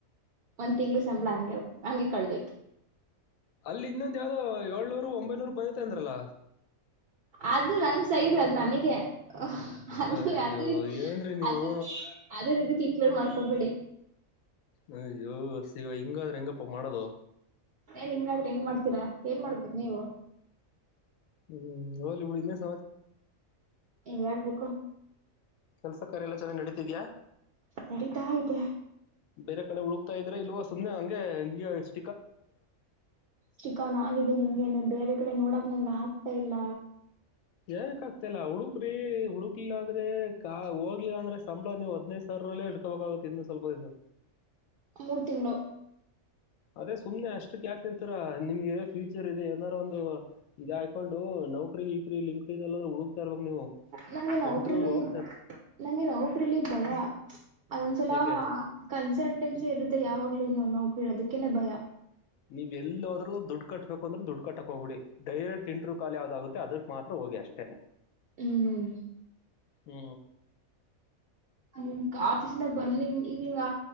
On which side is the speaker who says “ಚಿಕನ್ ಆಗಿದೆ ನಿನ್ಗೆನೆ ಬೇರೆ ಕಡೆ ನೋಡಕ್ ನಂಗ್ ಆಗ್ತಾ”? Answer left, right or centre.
Right